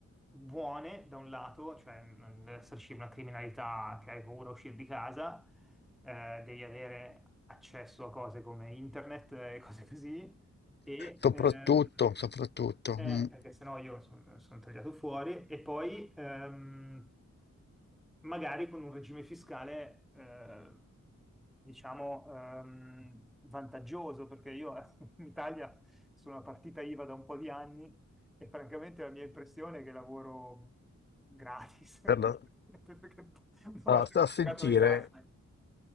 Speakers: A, in the centre; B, on the left (about 35°).
A: buone da un lato, cioè non deve esserci una criminalità che hai paura a uscire di casa, eh, devi avere accesso a cose come internet e cose così, e
B: Soprattutto,
A: ehm,
B: soprattutto,
A: eh,
B: mm,
A: perché sennò io sono tagliato fuori, e poi ehm, magari con un regime fiscale, eh, diciamo, ehm, vantaggioso, perché io eh, <laughs> in Italia sono una partita IVA da un po' di anni e francamente la mia impressione è che lavoro gratis, <laughs>
B: per la-
A: perché una volta
B: ah, sta
A: che
B: a
A: ho
B: sentire.
A: pagato le tasse.